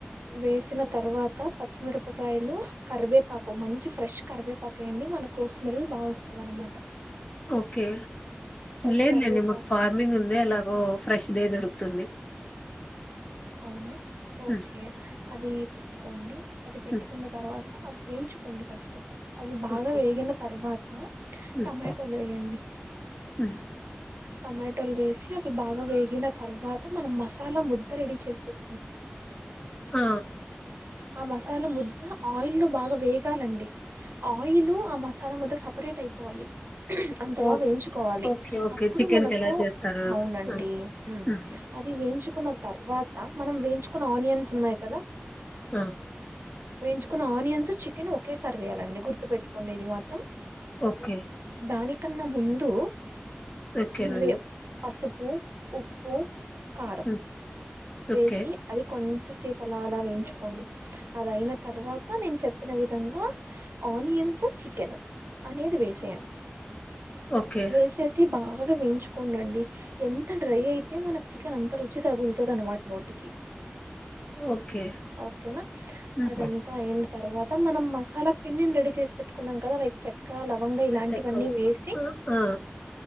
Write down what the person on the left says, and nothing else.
ఓకే
లేదులేండి
మాకు ఫార్మింగ్ ఉంది అలా ఓ ఫ్రెష్దే దొరుకుతుంది.
ఉమ్,
ఉమ్,
ఓకే.
ఉమ్,
ఉమ్.
ఆ
ఓ
ఓకే ఓకే
చికెన్
కి ఎలా చేస్తారు
ఆ ఉమ్,
ఆ
ఓకే
ఓకేనండి
ఉమ్,
ఓకే
ఓకే
ఓకే
ఉమ్,
చెక్కలు
ఆ ఆ